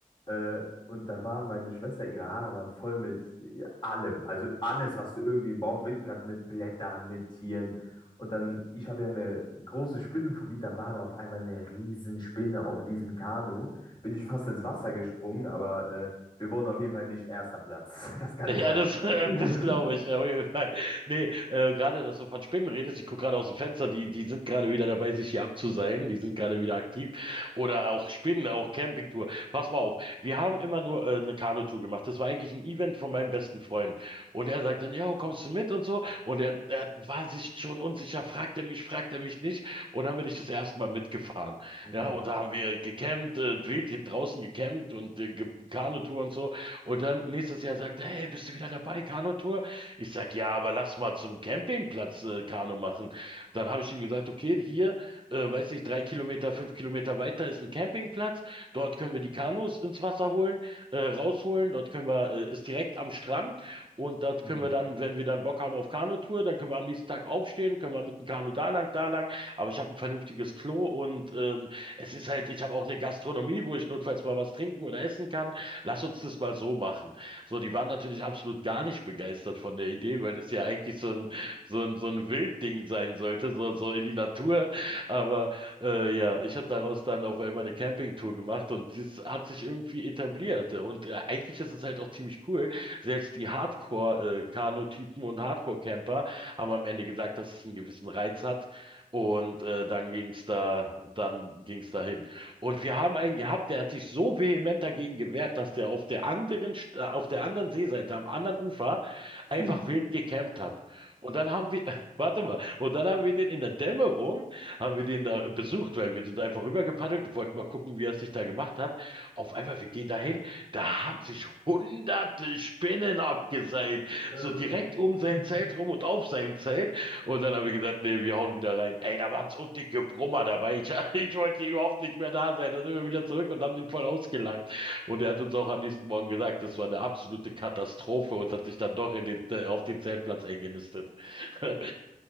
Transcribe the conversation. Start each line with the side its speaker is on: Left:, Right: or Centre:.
Left: Äh, und da war meine Schwester, ihre Haare waren voll mit äh, allem. Also alles, was du irgendwie im Baum finden kannst, mit Blättern, mit Tieren. Und dann, ich habe ja eine große Spinnenphobie, dann war da auf einmal eine Riesenspinne auf diesem Kanu. Bin ich fast ins Wasser gesprungen, aber äh, wir wurden auf jeden Fall nicht erster Platz. <laughs> Das kann
Right: Ja,
Left: ich sagen.
Right: das, <laughs>
Left: <laughs>
Right: das glaube ich, auf jeden Fall. Nee, äh, gerade, dass du von Spinnen redest, ich gucke gerade aus dem Fenster, die, die sind gerade wieder dabei, sich hier abzuseilen, die sind gerade wieder aktiv. Oder auch Spinnen, auch Campingtour. Pass mal auf, wir haben immer nur äh, eine Kanutour gemacht. Das war eigentlich ein Event von meinem besten Freund. Und er sagt dann, ja, kommst du mit und so. Und er, er war sich schon unsicher, fragt er mich, fragt er mich nicht. Und dann bin ich das erste Mal mitgefahren.
Left: Mhm.
Right: Ja, und da haben wir gecampt, äh, wild hier draußen gecampt und äh, ge- Kanutour und so. Und dann nächstes Jahr sagt er, hey, bist du wieder dabei, Kanutour? Ich sag, ja, aber lass mal zum Campingplatz äh, Kanu machen. Dann habe ich ihm gesagt, okay, hier, äh, weiß nicht, drei Kilometer, fünf Kilometer weiter ist ein Campingplatz. Dort können wir die Kanus ins Wasser holen, äh, rausholen. Dort können wir, äh, ist direkt am Strand. Und dort
Left: Mhm.
Right: können wir dann, wenn wir dann Bock haben auf Kanutour, dann können wir am nächsten Tag aufstehen, können wir mit dem Kanu da lang, da lang. Aber ich habe ein vernünftiges Klo und ähm, es ist halt, ich habe auch eine Gastronomie, wo ich notfalls mal was trinken oder essen kann lass uns das mal so machen. So, die waren natürlich absolut gar nicht begeistert von der Idee, weil das ja eigentlich so ein, so ein, so ein Wildding sein sollte, so, so in die Natur. Aber äh, ja, ich habe daraus dann auf einmal eine Campingtour gemacht und das hat sich irgendwie etabliert. Und äh, eigentlich ist es halt auch ziemlich cool. Selbst die Hardcore-Kanu-Typen und Hardcore-Camper haben am Ende gesagt, dass es einen gewissen Reiz hat. Und äh, dann ging's da, dann ging's dahin. Und wir haben einen gehabt, der hat sich so vehement dagegen gewehrt, dass der auf der anderen, St- äh, auf der anderen Seeseite, am anderen Ufer,
Left: <laughs>
Right: einfach wild gecampt hat. Und dann haben wir, <laughs> warte mal, und dann haben wir den in der Dämmerung, haben wir den da besucht, weil wir sind einfach rübergepaddelt und wollten mal gucken, wie er es sich da gemacht hat. Auf einmal, wir gehen dahin, da haben sich hunderte Spinnen abgeseilt,
Left: Äh,
Right: so direkt um
Left: <laughs>
Right: sein Zelt rum und auf seinem Zelt. Und dann habe ich gesagt, nee, wir hauen wieder rein. Ey, da waren so dicke Brummer dabei. Ich, <laughs> ich wollte hier überhaupt nicht mehr da sein. Dann sind wir wieder zurück und haben ihn voll ausgelacht. Und er hat uns auch am nächsten Morgen gesagt, das war eine absolute Katastrophe und hat sich dann doch in den, äh, auf den Zeltplatz eingenistet. <laughs>